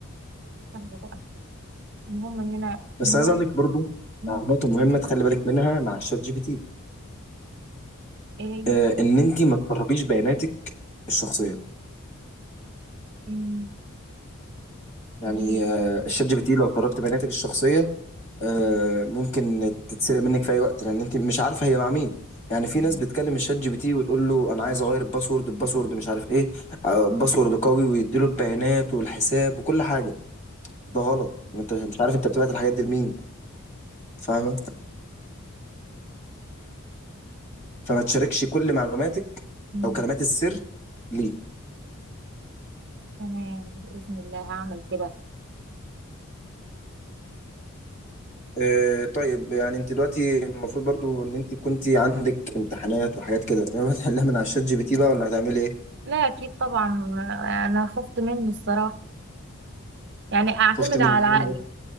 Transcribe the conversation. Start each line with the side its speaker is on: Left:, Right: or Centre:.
Right: يلا بقى المهم إننا
Left: بس
Right: إنه
Left: عايز اقول لك برضو
Right: مم.
Left: على نقطه مهمه تخلي بالك منها مع الشات جي بي تي
Right: إيه هي
Left: آه، ان انت ما تسربيش بياناتك الشخصيه
Right: مم.
Left: يعني
Right: دي
Left: آه، الشات جي بي تي لو سربت بياناتك الشخصيه آه، ممكن تتسرق منك في اي وقت لان انت مش عارفه هي مع مين يعني في
Right: مم.
Left: ناس بتكلم الشات جي بي تي وتقول له انا عايز اغير الباسورد الباسورد مش عارف ايه آه، باسورد قوي ويديله البيانات والحساب وكل حاجه ده غلط انت مش عارف انت بتبعت الحاجات دي لمين فاهمه فما تشاركش كل معلوماتك
Right: مم.
Left: او كلمات السر ليه
Right: تمام بإذن الله هعمل كده
Left: آه طيب يعني انت دلوقتي المفروض برضو ان انت كنت عندك امتحانات وحاجات كده فاهمة <laughs> هتحلها من على الشات جي بي تي بقى ولا هتعملي ايه
Right: لا أكيد طبعا آه، أنا خفت منه الصراحة يعني اعتمد
Left: خفت من
Right: على
Left: إيه؟
Right: عقلي